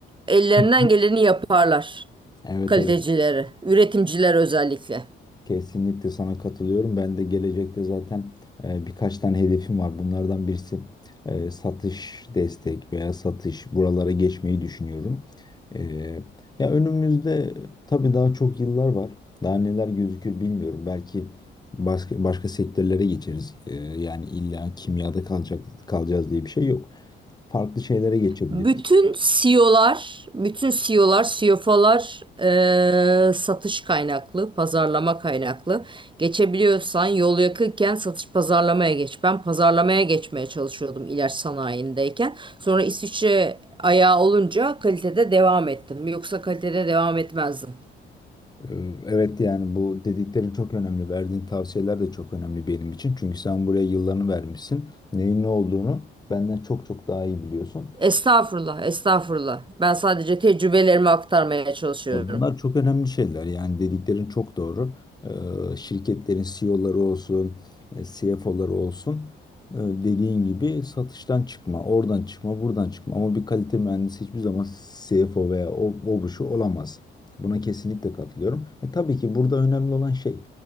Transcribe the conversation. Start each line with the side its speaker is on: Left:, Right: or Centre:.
Right: ellerinden
Left: Hı hı.
Right: geleni yaparlar
Left: Evet
Right: kalitecileri,
Left: evet
Right: üretimciler özellikle.
Left: kesinlikle sana katılıyorum. Ben de gelecekte zaten e, birkaç tane hedefim var. Bunlardan birisi e, satış destek veya satış buralara geçmeyi düşünüyorum. E, ya önümüzde tabii daha çok yıllar var. Daha neler gözükür bilmiyorum. Belki başka, başka sektörlere geçeriz. E, yani illa kimyada kalacak kalacağız diye bir şey yok. Farklı şeylere geçebiliriz.
Right: Bütün CEO'lar, bütün CEO'lar, CFO'lar eee, satış kaynaklı, pazarlama kaynaklı. Geçebiliyorsan yol yakınken satış pazarlamaya geç. Ben pazarlamaya geçmeye çalışıyordum ilaç sanayindeyken. Sonra İsviçre ayağı olunca kalitede devam ettim. Yoksa kalitede devam etmezdim.
Left: Ee, Evet yani bu dediklerin çok önemli. Verdiğin tavsiyeler de çok önemli benim için. Çünkü sen buraya yıllarını vermişsin. Neyin ne olduğunu benden çok çok daha iyi biliyorsun.
Right: Estağfurullah, estağfurullah. Ben sadece tecrübelerimi aktarmaya çalışıyorum.
Left: Ya bunlar çok önemli şeyler. Yani dediklerin çok doğru. Ee, şirketlerin CEO'ları olsun, e, CFO'ları olsun. e, dediğin gibi satıştan çıkma, oradan çıkma, buradan çıkma. Ama bir kalite mühendisi hiçbir zaman CFO veya o, o bu şu olamaz. Buna kesinlikle katılıyorum. E, tabii ki burada önemli olan şey